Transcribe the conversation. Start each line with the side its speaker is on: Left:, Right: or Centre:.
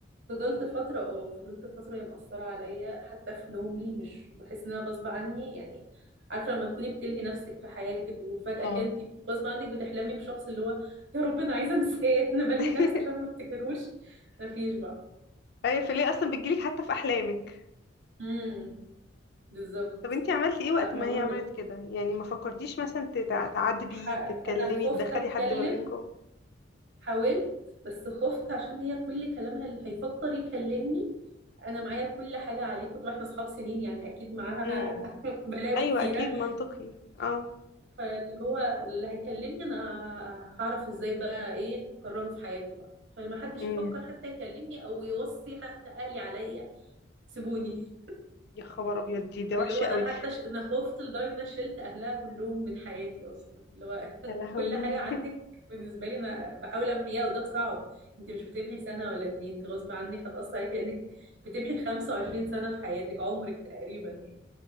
Right: فضلت فتره اه فضلت فتره هي مأثره عليا حتى في نومي مش بحس ان انا غصب عني يعني عارفه لما تكوني بتلهي نفسك في حياتك وفجاه
Left: اه
Right: كنتي غصب عنك بتحلمي بشخص اللي هو يا رب انا عايزه انساه <laughs> انا بلهي
Left: <laughs>
Right: نفسي عشان ما افتكروش مفيش بقى
Left: ايوه فليه اصلا بتجيلك حتى في احلامك
Right: امم بالظبط
Left: طب انتي عملتي ايه وقت
Right: لا موضوع
Left: ما هي عملت كده يعني ما فكرتيش مثلا تتع- تعاتبي
Right: ح...
Left: تتكلمي
Right: انا خفت
Left: تدخلي
Right: اتكلم
Left: حد ما بينكم
Right: حاولت بس خفت عشان هي كل كلامها اللي هيفكر يكلمني انا معايا كل حاجه عليك طبعا احنا اصحاب سنين يعني اكيد معاها
Left: امم
Right: <laughs> بلاوي
Left: ايوه
Right: كتيره
Left: اكيد منطقي اه
Right: فاللي هو اللي هيكلمني انا هعرف ازاي بقى ايه كرهه في حياته بقى فلما حدش
Left: امم
Right: يفكر حتى يكلمني او يوصي حتى اهلي عليا سيبوني
Left: يا خبر ابيض دي ده
Right: اللي
Left: وحشه
Right: هو انا
Left: قوي
Right: حتى ش... انا خفت لدرجه ان انا شلت اهلها كلهم من حياتي اصلا اللي هو
Left: يا
Right: <laughs>
Left: لهوي
Right: كل حاجه عنك
Left: <laughs>
Right: بالنسبه لي انا بحاول امحيها وده صعب انت مش بتمحي سنه ولا اتنين انت غصب عنك هتاثر عليك لانك بتمحي 25 سنه في حياتك عمرك تقريبا يعني